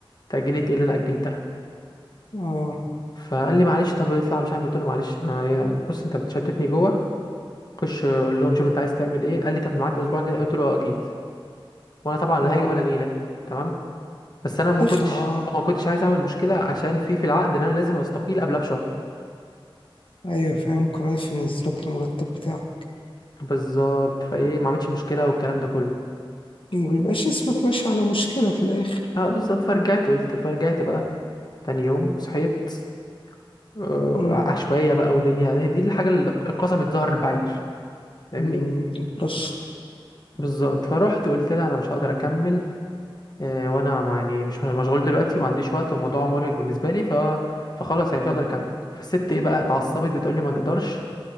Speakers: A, on the left (about 45°); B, on the left (about 65°).
A: تأجيلي ايه اللي انا أجلتها
B: اه
A: فقال لي معلش طب اطلع مش عارف قلت له معلش انا أنا- بص انت بتشتتني جوه خش قول لهم شوف انت عايز تعمل ايه قال لي طب معاك اسبوع كده قلت له اه اكيد وانا طبعا لا
B: اه
A: هاجي ولا نيله تمام بس انا ما
B: تخلع
A: كنتش
B: اه
A: ما كنتش عايز اعمل مشكله عشان في في العقد ان انا لازم استقيل قبلها بشهر
B: ايوه فاهم كمان في نزلك المرتب بتاعك
A: بالظبط فايه ما عملتش مشكله والكلام ده كله
B: مبيبقاش اسمك ماشي على مشكلة في الآخر
A: <sighs> اه بالظبط فرجعت قلت فرجعت بقى تاني يوم صحيت آه،
B: مم،
A: عشوائيه بقى ودنيا هي دي الحاجه اللي قسمت ظهر البعير فاهمني
B: مم، بلش
A: بالظبط فروحت قلت لها انا مش هقدر اكمل آه، وانا ما- يعني مش مشغول دلوقتي ما عنديش وقت والموضوع مرهق بالنسبه لي ف فخلاص يعني مش هقدر اكمل فالست ايه بقى اتعصبت بتقول لي ما نقدرش